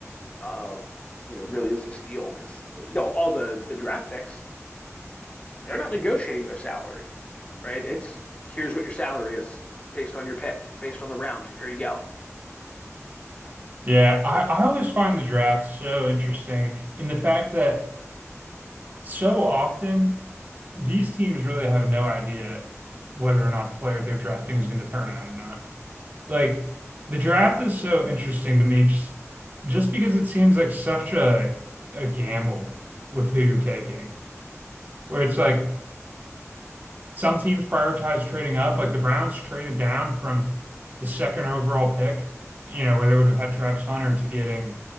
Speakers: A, on the left; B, on the right.
A: Um, you know, really is a steal because, you know, all the, the draft picks, they're not negotiating their salary, right? It's here's what your salary is based on your pick, based on the round. Here you go.
B: Yeah. I, I always find the draft so interesting in the fact that so often these teams really have no idea whether or not the player they're drafting is going to turn out or not. Like the draft is so interesting to me just, just because it seems like such a a gamble with who you're taking, where it's like some teams prioritize trading up. Like the Browns traded down from the second overall pick, you know, where they would have had Travis Hunter to getting